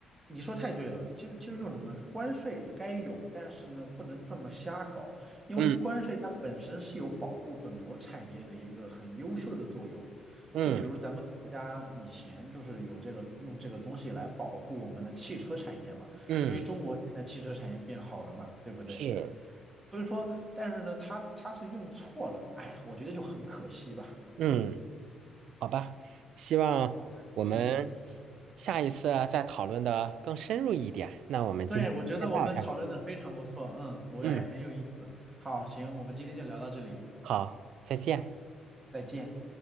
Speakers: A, on the right; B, on the right.
A: 你说太对了，其实其实就是什么，关税该有，但是呢，不能这么瞎搞，因为关税它本身是有保护本国产业的一个很优秀的作用，
B: 嗯嗯
A: 就比如咱们国家以前就是有这个用这个东西来保护我们的汽车产业嘛，
B: 嗯，
A: 所以中国现在汽车产业变好了嘛，对不对？
B: 是，
A: 所以说，但是呢，它它是用错了，哎，我觉得就很可惜吧，
B: 嗯。好吧，希望我们
A: 好吧，嗯。
B: 下一次啊再讨论的更深入一点。那我们今天先到这儿
A: 对，我觉得我们讨论的非常不错，嗯，我感觉很有意思。
B: 嗯，
A: 好，行，我们今天就聊到这里，
B: 好，再见。
A: 再见。